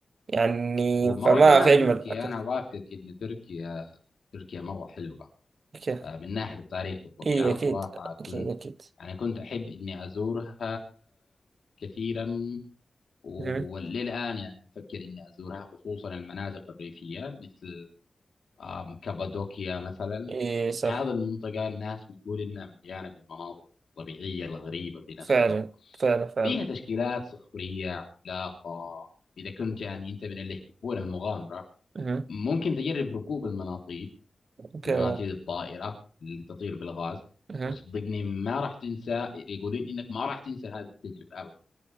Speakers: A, on the right; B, on the left.
A: يعني
B: ومره
A: فما
B: كمان
A: في أجمل
B: تركيا
A: أكل
B: انا وافقك ان تركيا تركيا مره حلوه
A: أكيد
B: آه، من ناحيه التاريخ والطبيعه
A: إي أكيد
B: صراحه كنت
A: أكيد أكيد
B: يعني كنت احب اني ازورها كثيرا وللان
A: مهم.
B: يعني افكر اني ازورها خصوصا المناطق الريفيه مثل آم، كابادوكيا مثلا
A: إي صح
B: هذا المنطقه الناس بتقول انها مليانه بالمناظر الطبيعيه الغريبه في نفس
A: فعلا
B: الوقت
A: فعلا فعلا
B: فيها تشكيلات صخريه عملاقه اذا كنت يعني انت من اللي يحبون المغامره
A: مهم.
B: ممكن تجرب ركوب المناطيد
A: أوكي
B: المناطيد الطائرة اللي تطير بالغاز
A: مهم.
B: وصدقني ما راح تنسى يقولين انك ما راح تنسى هذه التجربة ابدا